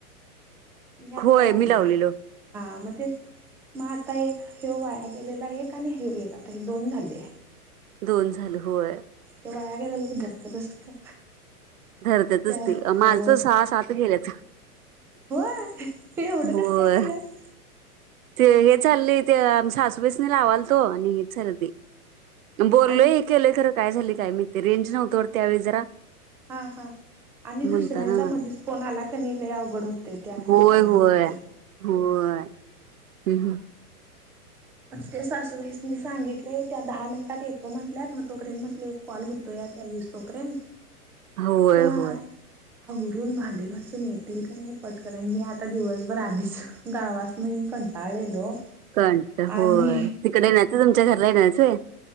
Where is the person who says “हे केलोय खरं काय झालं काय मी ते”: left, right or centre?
Right